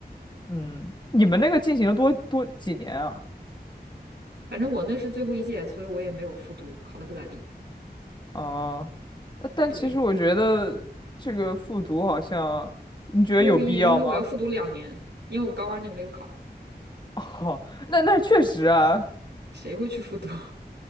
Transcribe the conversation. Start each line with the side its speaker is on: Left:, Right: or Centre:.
Left: 嗯，你们那个进行了多多几年啊？
Right: 反正我那是最后一届，所以我也没有复读，考的不咋地。
Left: 啊，那但其实我觉得这个复读好像，
Right: 对。
Left: 你觉得有必要吗？
Right: 没有意义，因为我要复读两年，因为我高二那个没有考，
Left: <laughs> 哦，那那确实啊，
Right: 谁会去复读？<laughs>